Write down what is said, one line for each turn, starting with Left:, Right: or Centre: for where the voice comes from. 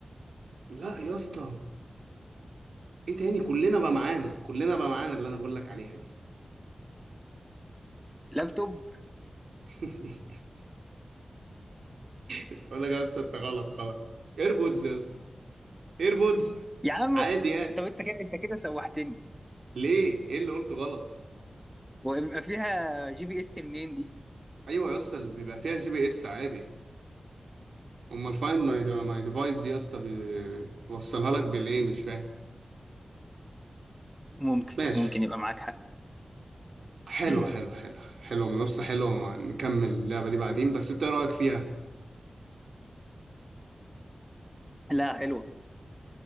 Right: لا يا اسطى ايه تاني كلنا بقى معانا كلنا بقى معانا اللي انا بقول لك عليها دي
Centre: لابتوب
Right: <laughs> بقول لك يا اسطى انت غلط خلاص ايربودز يا اسطى ايربودز
Centre: يا عم
Right: عادي يعني
Centre: طب انت كده انت كده سوحتني
Right: ليه ايه اللي قلته غلط
Centre: ويبقى فيها جي بي اس منين دي
Right: ايوه يا اسطى اللي بيبقى فيها جي بي اس عادي امال الفايند ماي ماي ديفايس دي يا اسطى بي- بيوصلها لك بالايه مش فاهم
Centre: ممكن
Right: ماشي
Centre: ممكن يبقى معاك حق
Right: حلو
Centre: <clears throat>
Right: حلو حلو حلو منافسة حلوة نكمل اللعبة دي بعدين بس انت ايه رأيك فيها
Centre: لا حلوة